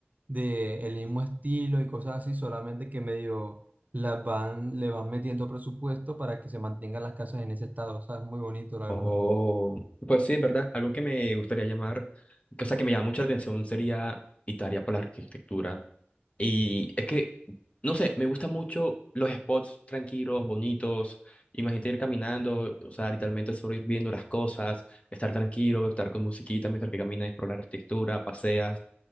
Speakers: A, on the right (about 40°); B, on the left (about 30°).
A: de el mismo estilo y cosas así, solamente que medio las van, le van metiendo presupuesto para que se mantengan las casas en ese estado, o sea, es muy bonito, la
B: Oh,
A: verdad.
B: pues sí, es verdad. Algo que me gustaría llamar, o sea, que me llama mucha atención sería Italia por la arquitectura Y es que, no sé, me gustan mucho los spots tranquilos, bonitos. Imagínate ir caminando, o sea, literalmente solo ir viendo las cosas, estar tranquilo, estar con musiquita mientras que caminas, explorar la arquitectura, paseas.